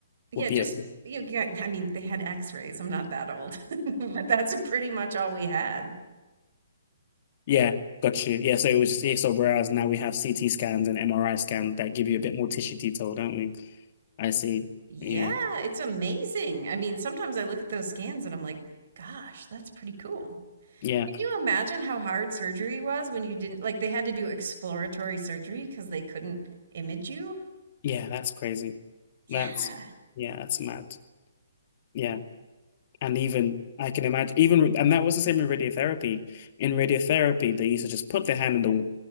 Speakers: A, on the right (about 60°); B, on the left (about 45°).
A: Yeah,
B: Would be
A: just
B: a
A: you get, I mean, they had x-rays. I'm not that old, <laughs> but that's pretty much all we had.
B: Yeah, got you. Yeah, so it was just ESO, whereas now we have CT scans and MRI scans that give you a bit more tissue detail, don't we? I see.
A: Yeah,
B: Yeah,
A: it's amazing. I mean, sometimes I look at those scans and I'm like, gosh, that's pretty cool.
B: yeah,
A: Can you imagine how hard surgery was when you didn't, like, they had to do exploratory surgery because they couldn't image you?
B: yeah, that's crazy.
A: Yeah.
B: That's, yeah, that's mad. Yeah. And even, I can imagine, even, and that was the same with radiotherapy. In radiotherapy, they used to just put their hand in the,